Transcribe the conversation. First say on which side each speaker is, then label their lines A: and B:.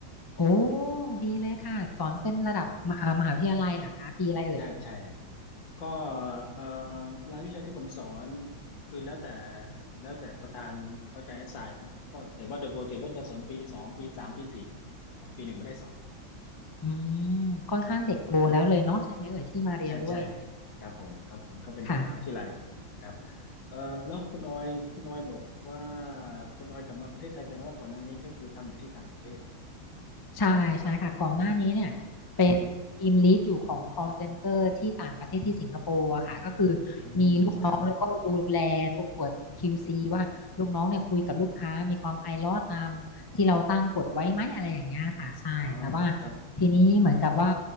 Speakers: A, on the left; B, on the left.
A: โอ้ดีเลยค่ะสอนเป็นระดับมหาเอ่อมหาวิทยาลัยเหรอคะปีอะไรเอ่ย
B: อืมใช่ ใช่ ก็เอ่อรายวิชาที่ผมสอน คือแล้วแต่แล้วแต่ประธานเขาจะอสไซครับก็แต่ว่าโดยปกติก็จะสอนปีสองปีสามปีสี่ครับปีหนึ่งไม่ได้สอน
A: อืมค่อนข้างเด็กโตแล้วเลยเนาะใช่ไหมเอ่ยที่มาเรียนด้วย
B: อืม ใช่ใช่ครับผมครับผมก็เป็นเด็กมหาวิทยาลัย
A: ค่ะ
B: ครับเอ่อแล้วคุณออยคุณออยบอกว่าคุณออยกลับมาประเทศไทยแสดงว่าก่อนหน้านี้ก็คือทำอยู่ที่ต่างประเทศ
A: ใช่ใช่ค่ะก่อนหน้านี้เนี่ยเป็นทีมลีดอยู่ของ
B: อ๋อ
A: call center ที่ต่างประเทศที่สิงคโปร์อะค่ะก็คือมีลูกน้องแล้วก็ดูแลตรวจ
B: อืมครับ
A: QC วซีว่าลูกน้องเนี่ยคุยกับลูกค้ามีความไพเราะตามที่เราตั้งกฎไว้ไหมอะไรอย่างเงี้ยค่ะใช่แต่ว่า
B: อ๋อครับ
A: ทีนี้เหมือนกับว่า